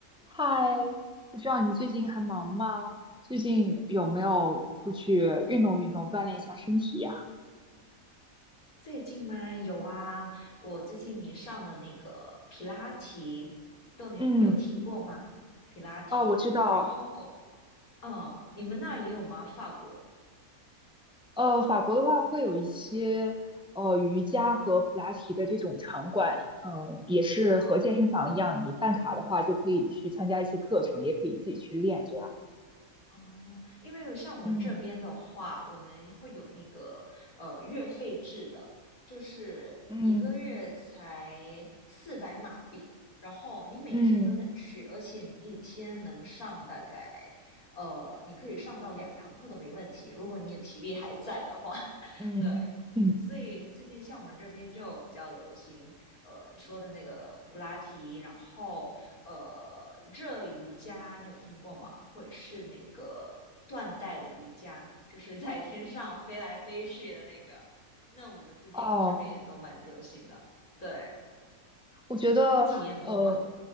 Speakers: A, in the centre; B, on the left (about 75°).
A: 嗨，不知道你最近还忙吗？最近有没有出去运动运动，锻炼一下身体呀？
B: 最近吗？有啊，我最近迷上了那个皮拉提，不知道你有听过吗？
A: 嗯，
B: 皮拉提，
A: 哦，我知道，
B: 然后，嗯，你们那儿也有吗？法国？
A: 呃，法国的话会有一些呃瑜伽和普拉提的这种场馆，嗯，也是和健身房一样，你办卡的话就可以去参加一些课程，也可以自己去练这样。
B: 哦，因为有像我们这边的话，
A: 嗯
B: 我们会有那个呃月费制的，就是一个月才
A: 嗯
B: 四百马币，然后你每一天都能去，
A: 嗯
B: 而且你一天能上大概呃，你可以上到两堂课都没问题，如果你的体力还在的话，<laughs>
A: 嗯，
B: 对。
A: 嗯，
B: 所以最近像我们这边就比较流行，呃，你说的那个普拉提，然后呃，热瑜伽你有听过吗？或者是那个断带的瑜伽，就是在天上飞来飞去的那个。那我们最近这边也都蛮流行的，
A: <laughs> 哦，
B: 对，
A: 我觉得，
B: 你有体验过吗？
A: 呃，